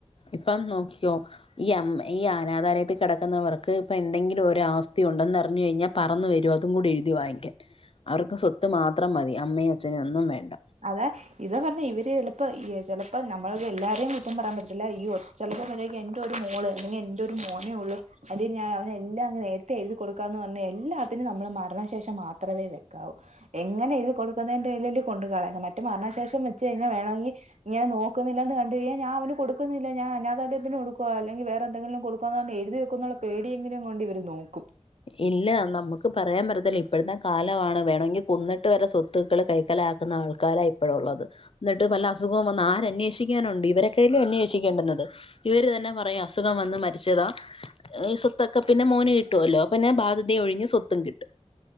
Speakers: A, on the left (about 55°); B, on the right (about 80°).
A: ഇപ്പം നോക്കിക്കൊ. ഈ അം ഈ അ അനാധാലയത്തിൽ കിടക്കുന്നവർക്ക് പ്പ എന്തെങ്കിലും ഒരാസ്തി ഉണ്ടെന്നറഞ്കഴിഞ്ഞാ പറന്നു വരും അതും കൂടി എഴുതി വാങ്ങിക്കാൻ അവർക്ക് സ്വത്ത് മാത്രം മതി അമ്മയും അച്ഛനെ ഒന്നും വേണ്ട.
B: അതാ ഇതാ പർഞ്ഞെ ഇവര് ചിലപ്പോ ചിലപ്പോ നമ്മള് എല്ലാരേം കുറ്റം പറയാൻ പറ്റത്തില്ല ഈ ഒ ചിലപ്പോ മര്യാതിക് എന്റെ ഒരു മോള് അല്ലെങ്കി എന്റെ ഒരു മോനേ ഉള്ളു അത് ഞാൻ അവനെല്ലാം അങ്ങ് നേരത്തെ എഴുതി കൊടുക്കാംന്ന് പർഞ്ഞാ എല്ലാത്തിനും നമ്മള് മരണശേഷം മാത്രമേ വെക്കാവൂ എങ്ങനെ എഴുതി കൊടുക്കുന്നതിന്റെലല്ലേ കൊണ്ടു കളയ മറ്റ മരണശേഷം വെച്ച് കഴിഞ്ഞാ വേണങ്കി ഇങ്ങനെ നോക്ക ക്കുന്നില്ലന്ന് കണ്ടുകഴ്ഞ്ഞാ ഞാൻ അവന് കൊടുക്കുന്നില്ല ഞാൻ അനാഥാലയത്തിന് കൊടുക്കുവാ അല്ലെങ്കി വേറെന്തെങ്കിലും കൊടുക്കാന്നർഞ്ഞ് എഴുതി വെക്കുന്നുള്ള പേടിയെങ്കിലും കൊണ്ട് ഇവര് നോക്കും.
A: ഇല്ല. നമുക്ക് പറയാൻ പറ്റത്തില്ല. ഇപ്പഴത്തെ കാലമാണ് വേണെങ്കി കൊന്നിട്ട് വരെ സ്വത്തുക്കള് കൈക്കലാക്കുന്ന ആൾക്കാരാ ഇപ്പോഴുള്ളത് ന്നിട്ട് വല്ല അസുഖം വന്നാ ആരന്വേഷി ക്കാനുണ്ട് ഇവരൊക്കല്ലേ അന്വേഷിക്കേണ്ടന്നത് ഇവര് തന്നെ പറയാ അസുഖം വന്ന് മരിച്ചതാ. ഈ സ്വത്തൊക്കെ പിന്നെ മോനേ ട്ടോല്ലോ അപ്പിന്നെ ബാദ്യത ഒഴിഞ്ഞ് സ്വത്തും കിട്ടും